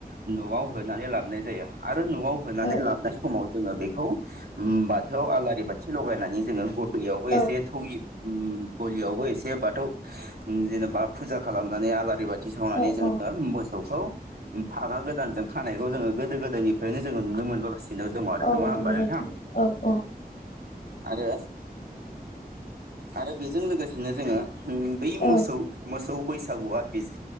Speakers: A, on the right (about 80°); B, on the left (about 60°).
A: न'आव होनानै लाबनाय जायो आरो न'आव होनानै
B: औ
A: लाबनाय समाव जोङो बेखौ उम्म <unintelligible> आलारि बाथि लगायनानै जोङो गलियावबो
B: औ
A: एसे थगि गलियावबो एसे बाथौ उम्म जेनेबा फुजा खालामनानै आलारि बाथि थि सावनानै
B: औ
A: जोङो
B: औ
A: मोसौखौ फागा गोदानजों खानायखौ जोङो गोदो गोदायनि <unintelligible> जोङो नुनोमोनबोगासिनो दङ आरो
B: औ
A: नङा
B: नंगौ
A: होमबा नोंथां?
B: औ औ।
A: आरो आरो बिजों लोगोसेनो जोङो उम्म बै
B: औ
A: मोसौ मोसौ बैसागुआ बिज